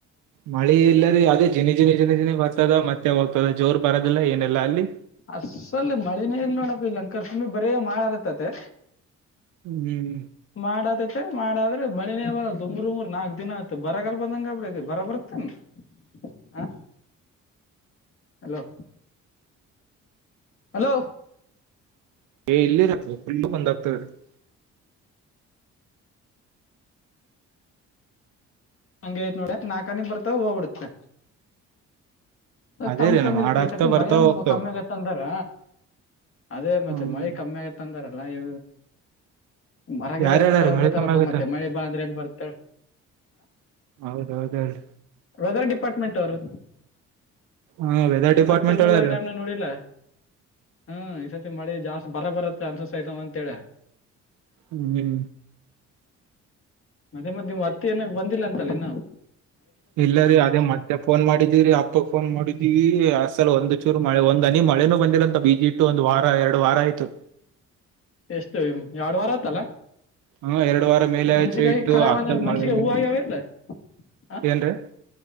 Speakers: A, on the right; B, on the left.
A: ಮಳೆ ಇಲ್ಲರಿ ಅದೇ ಜಿನಿ ಜಿನಿ ಜಿನ ಜಿನೇ ಬರ್ತದ ಮತ್ತೆ ಹೋಗ್ತದ ಜೋರ್ ಬರೋದಿಲ್ಲ ಏನೀಲ್ಲ ಅಲ್ಲಿ.
B: ಅಸಲ್ ಮಳೆನೆ ಇಲ್ಲಿ ನೋಡಪ್ಪ ಇಲ್ಲ ಅಂಕಾರ್ ಫುಲ್ ಬರೇ ಮಾಡಕಟ್ಟುತೈತೆ.
A: ಹ್ಮ್
B: ಮಾಡತದೆ ಮಾಡಾದ್ರೆ ಮಳೆನೇ ಬರಲ್ಲ ದುಮ್ರು ಉಮರ್ ನಾಕ್ ದಿನ ಅಯ್ತು ಬರಗಲ್ ಬಂದಂಗ ಆಗಿಬಿಟೈತೇ ಬರ ಬರುತೇನ್. ಹ ಹಲೋ. ಹಲೋ
A: <unintelligible>
B: ಹಂಗೆ ಆಯ್ತ್ ನೋಡ ನಾ ಅಕಾಡಿ ನಿಂತ ಬಂದ್ರೆ ಹೋಗ್ಬಡತ್ತ್.
A: ಅದೇ
B: ತಂಪ್
A: ರೀ
B: ಒಂದ್
A: ನಮ್
B: ಇರತ್ತಾ.
A: ಹಾಡ
B: ಇ
A: ಆಗ್ತಾ
B: ಸರ್ತಿ
A: ಬರ್ತಾವ
B: ಮಳಿ ಒಂದ್
A: ಹೋಗ್ತಾವ
B: ಕಮ್ಮಿ ಆಗ್ಯಾದ. ತಂದಾರ ಅದೇ ಮತ್ತೆ
A: ಹ್ಮ್
B: ಮಳಿ ಕಮ್ಮಿಯ್ತ್ ಅಂದರಲ್ಲ ಇ ಮರ ಗಿರ
A: ಯಾರ
B: ಎಲ್ಲ
A: ಹೇಳ್ಯಾರ
B: ಕಡ್ಡದ್
A: ಮಳಿ
B: ಬಿಡ್ತರಪ್ಪ
A: ಕಮ್ಮಿ ಆಗತ್ತ
B: ಮತ್ತೆ ಮಳಿ ಬಾ ಅಂದ್ರ ಎಲ್ಲಿ ಬರತ್ತ ಹೇಳ್.
A: ಹೌದ್ ಹೌದ ಹೇಳ್.
B: ವೆದರ್ ಡಿಪಾರ್ಟ್ಮೆಂಟ್ ಅವರು
A: ಹಾ ವೆದರ್ ಡಿಪಾರ್ಟ್ಮೆಂಟ್
B: ಮತ್ತ ತುಂಗಾಬದ್ರಾ
A: ಹೇಳ್ಯಾರ
B: ಡ್ಯಾಮ್ನಂಗ್ ನೋಡಿಲ್ಲ. ಹ್ಮ ಈ ಸತಿ ಮಳಿ ಜಾಸ್ತಿ ಬರ ಬರತ್ತೆ ಅನ್ಸಿಸ್ತಾಯತವ ಅಂತೇಳರ್.
A: ಹ್ಮ್.
B: ಮತ್ತೆ ಮತ್ತೆ ನೀಮ್ ಹತ್ತಿ ಏನಾ ಬಂದಿಲ್ಲ ಅಂತಲ್ಲ ಇನ್ನಾವು.
A: ಇಲ್ಲ ರಿ ಅದೇ ಮ ಮತ್ತೆ ಫೋನ್ ಮಾಡಿದೀವಿರಿ ಅಪ್ಪಗ್ ಫೋನ್ ಮಾಡಿದೀರವಿ ಅಸಲ ಒಂದು ಚೂರು ಮಳೆ ಒಂದ ಅನಿ ಮಳೆನೂ ಬಂದಿಲ್ಲ ಅಂತ ಬಿಜೆ ತು ಒಂದವಾರ ಎರಡವಾರ ಆಯ್ತು.
B: ಎಷ್ಟು ಎರಡ್ ವಾರ ಆತಲ್ಲ.
A: ಹಾ ಎರಡವಾರ ಮೇಲೆ ಆಯ್ತ್ರಿ
B: ಮೆಣಸಿಕಾಯಿ
A: ಇಟ್ಟು
B: ಕಾಯಿ
A: ಅಕ್ಕನಮಗಳ
B: ಒಂದ ಮೆಣಸಿಕಾಯಿ ಹೂ ಆಗ್ಯಾವ ಇಲ್ಲ ಹಾ
A: ಏನ್ರೀ.